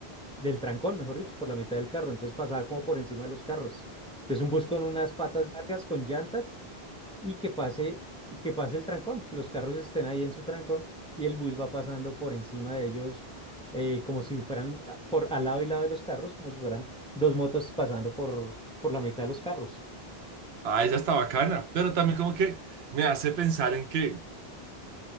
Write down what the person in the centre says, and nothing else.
del trancón, mejor dicho, por la mitad del carro. Entonces pasaba como por encima de los carros. Entonces un bus con unas patas largas, con llantas, y que pase, que pase el trancón, que los carros estén ahí en su trancón y el bus va pasando por encima de ellos, eh, como si fueran ah, por al lado y lado de los carros, como si fueran dos motos pasando por, por la mitad de los carros.